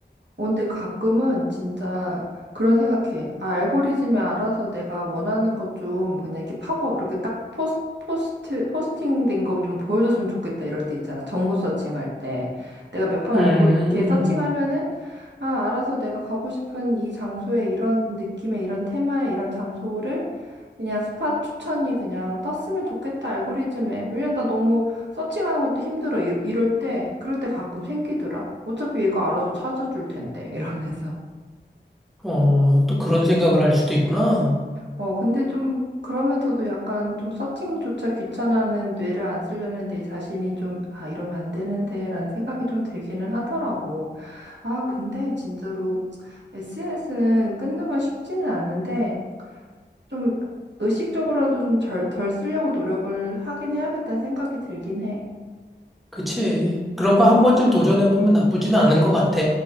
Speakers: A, on the right; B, in the centre.
A: 어, 근데 가끔은 진짜 그런 생각해. 아, 알고리즘이 알아서 내가 원하는 것 좀 그냥 이렇게 팝업 이렇게 딱 포스, 포스트, 포스팅 된 거 좀 보여줬으면 좋겠다 이럴 때 있잖아. 정보 서칭할 때. 내가 몇 번
B: 음,
A: 알고 이렇게 서칭하면은 아, 알아서 내가 가고 싶은 이 장소에 이런 느낌의 이런 테마의 이런 장소를 그냥 스팟 추천이 그냥 떴으면 좋겠다 알고리즘에. 왜냐면 나 너무 서칭하는 것도 힘들어. 이, 이럴 때, 그럴 때 가끔 생기더라. 어차피 얘가 알아서 찾아줄 텐데, <laughs> 이러면서.
B: 어, 또 그런 생각을 할 수도 있구나.
A: 어, 근데 좀, 그러면서도 약간 좀 서칭조차 귀찮아하는 뇌를 안 쓰려는 내 자신이 좀, 아, 이러면 안 되는데, 라는 생각이 좀 들기는 하더라고. 아, 근데 진짜로 SNS는 끊는 건 쉽지는 않은데, 좀 의식적으로라도 좀 덜, 덜 쓰려고 노력을 하긴 해야겠다는 생각이 들긴 해.
B: 그치. 그런 거 한 번쯤 도전해보면 나쁘지는 않은 것 같아.